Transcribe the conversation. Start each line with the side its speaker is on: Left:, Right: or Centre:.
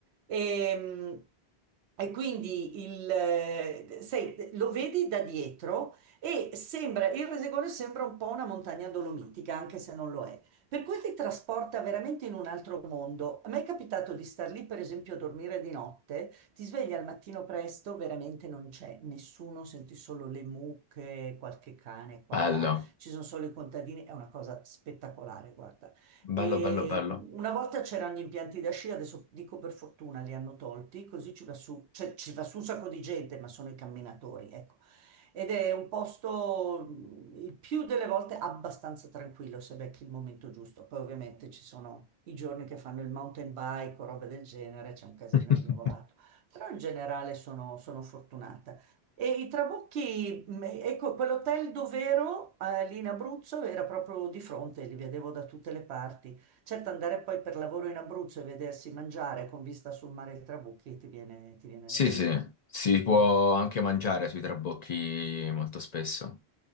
Right: E, e quindi il, eh, sai, lo vedi da dietro e sembra, il Resegone sembra un po' una montagna dolomitica, anche se non lo è. Per cui ti trasporta veramente in un altro mondo. A me è capitato di star lì, per esempio, a dormire di notte, ti svegli al mattino presto, veramente non c'è nessuno, senti solo le mucche, qualche cane qua
Left: Bello,
Right: e là, ci sono solo i contadini, è una cosa spettacolare, guarda. E
Left: bello, bello, bello.
Right: mhmm, una volta c'erano gli impianti da sci, adesso dico per fortuna li hanno tolti, così ci va su, cioè, ci va su un sacco di gente, ma sono i camminatori, ecco ed è un posto mh, il più delle volte abbastanza tranquillo se becchi il momento giusto. Poi ovviamente ci sono i giorni che fanno il mountain bike o robe del genere, c'è un casino
Left: <laughs>
Right: indiavolato, però in generale sono, sono fortunata. E i Trabucchi, mh, ecco, quell'hotel dov'ero, eh, lì in Abruzzo, era proprio di fronte, li vedevo da tutte le parti. Certo, andare poi per lavoro in Abruzzo e vedersi mangiare con vista sul mare dei Trabucchi ti viene, ti viene
Left: Sì,
Right: l'accidente.
Left: sì, si può
Right: Eh, esatto.
Left: anche mangiare sui trabocchi molto spesso.